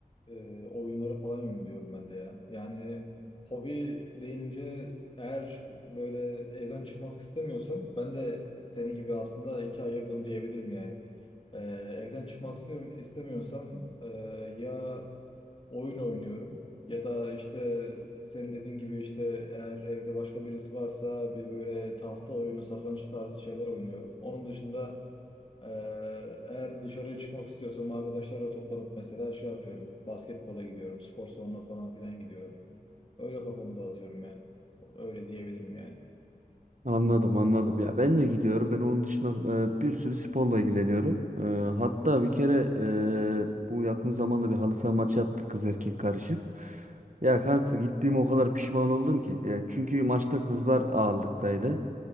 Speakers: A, on the left (about 35°); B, on the right (about 60°).
A: e, oyunlara falan yöneliyorum ben de ya. Yani hobi deyince eğer böyle evden çıkmak istemiyorsam ben de seni gibi aslında ikiye ayırdım diyebilirim yani. E, evden çıkmak istiyorum, istemiyorsam e, ya oyun oynuyorum ya da işte senin dediğin gibi işte eğer evde başka birisi varsa bir böyle tahta oyunu, satranç tarzı şeyler oynuyorum. Onun dışında ee, eğer dışarıya çıkmak istiyorsam arkadaşlarla toplanıp mesela şey yapıyorum. Basketbola gidiyorum, spor salonuna falan filan gidiyorum. Öyle kafamı dağıtıyorum yani. Öyle diyebilirim yani.
B: Anladım, anladım. Ya ben de gidiyorum. Ben onun dışında e, bir sürü sporla ilgileniyorum. E, hatta bir kere e, bu yakın zamanda bir halı saha maçı yaptık kız erkek karışık. Ya kanka gittiğime o kadar pişman oldum ki. Ya çünkü maçta kızlar ağırlıktaydı.